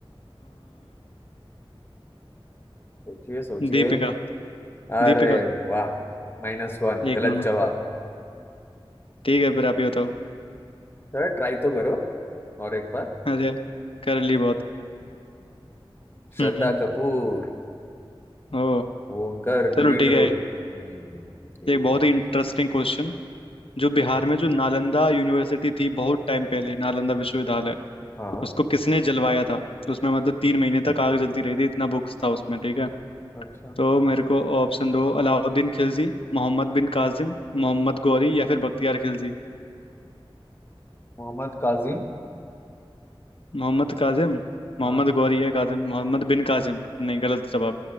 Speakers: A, on the left; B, on the left.
A: सोचिए सोचिए
B: दीपिका
A: अरे
B: दीपिका
A: वाह माइनस वन
B: एक
A: गलत
B: नंबर
A: जवाब
B: ठीक है फिर आप ही बताओ
A: सर ट्राई तो करो और एक बार
B: अरे कर ली बहुत
A: श्रद्धा
B: हम्म
A: कपूर
B: ओ
A: वो उनका
B: चलो
A: लीड
B: ठीक
A: रोल
B: है
A: हम्म ठीक
B: एक
A: है
B: बहुत ही इंटरेस्टिंग क्वेश्चन जो बिहार
A: अच्छा
B: में जो नालंदा यूनिवर्सिटी थी बहुत टाइम पहले नालंदा विश्वविद्यालय
A: हाँ
B: उसको किसने जलवाया था तो उसमें मतलब तीन महीने तक आग जलती रही थी इतना बुक्स था उसमें ठीक है
A: अच्छा
B: तो मेरे को ऑप्शन दो अलाउद्दीन खिलजी मोहम्मद बिन कासिम मोहम्मद गौरी या फिर बख्तियार खिलजी
A: मोहम्मद काजिम
B: मोहम्मद कासिम
A: हाँ
B: मोहम्मद गौरी या कासिम मोहम्मद बिन कासिम नहीं गलत जवाब